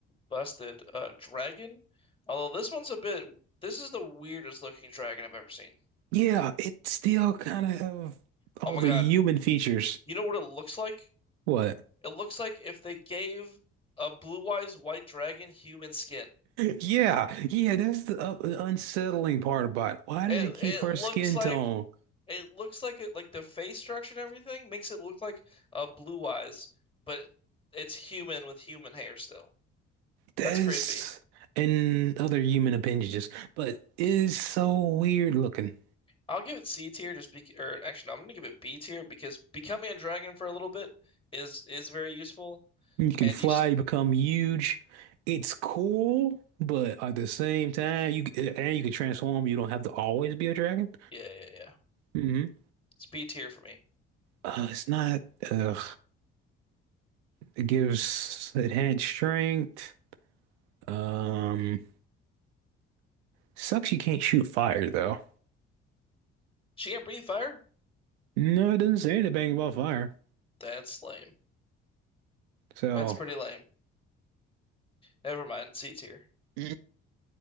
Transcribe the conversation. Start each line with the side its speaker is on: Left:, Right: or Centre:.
Left: busted, uh, dragon. Although this one's a bit, this is the weirdest looking dragon I've ever seen.
Right: Yeah, it still kind of have
Left: Oh
Right: all
Left: my
Right: the
Left: God.
Right: human features.
Left: You know what it looks like?
Right: What? <laughs>
Left: It looks like if they gave a blue-eyes white dragon human skin.
Right: Yeah, yeah, that's the uh, unsettling part about it. Why
Left: It
Right: does it keep
Left: it
Right: her
Left: looks
Right: skin
Left: like
Right: tone?
Left: it looks like it like the face structure and everything makes it look like uh Blue Eyes, but it, it's human with human hair still.
Right: That
Left: That's
Right: is,
Left: creepy.
Right: and other human appendages, but it is so weird looking.
Left: I'll give it C tier just be or actually no, I'm gonna give it B tier because becoming a dragon for a little bit is is very useful
Right: You can
Left: and
Right: fly,
Left: you s-
Right: you become huge. It's cool, but at the same time, you and you can transform. You don't have to always be a dragon.
Left: yeah yeah yeah
Right: hmm
Left: it's B tier for me.
Right: Uh, it's not. Uh, it gives enhanced strength. Um, sucks. You can't shoot fire though.
Left: She can't breathe fire?
Right: No, it doesn't say anything about fire.
Left: That's lame.
Right: So
Left: That's pretty lame. Never mind, C tier.
Right: <laughs>